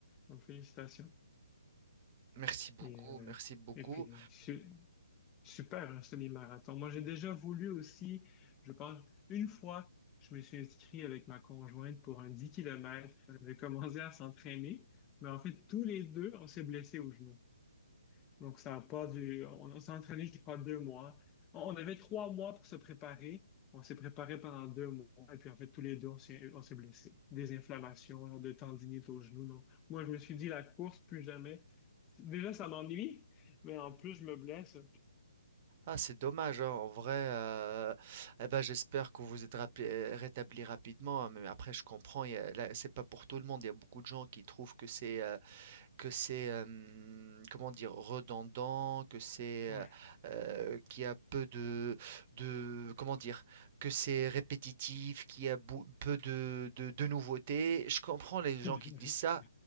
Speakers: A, on the left; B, on the right.
A: Donc, félicitations.
B: Merci beaucoup,
A: Et, euh,
B: merci beaucoup.
A: et puis, su- super, un semi-marathon. Moi, j'ai déjà voulu aussi, je pense, une fois, je me suis inscrit avec ma conjointe pour un 10 kilomètres. On avait commencé à s'entraîner, mais en fait, tous les deux, on s'est blessés au genou. Donc, ça a pas du... On, on s'est entraîné, je crois, deux mois. On, on avait trois mois pour se préparer. On s'est préparé pendant deux mois. Et puis, en fait, tous les deux, on s'est on s'est blessés. Des inflammations, genre de tendinite au genou. Donc, moi, je me suis dit, la course, plus jamais. Déjà, ça m'ennuie, mais en plus, je me blesse.
B: Ah, c'est dommage, hein, en vrai, heu, eh ben, j'espère que vous êtes rapé euh, rétabli rapidement, hein, mais après je comprends, il y a là, c'est pas pour tout le monde. Il y a beaucoup de gens qui trouvent que c'est, heu Que c'est, hem, comment dire? Redondant, que c'est,
A: Ouais.
B: heu heu, qu'il y a peu de de comment dire? Que c'est répétitif, qu'il y a beau peu de de de nouveautés. Je comprends les gens
A: <laughs>
B: qui disent ça.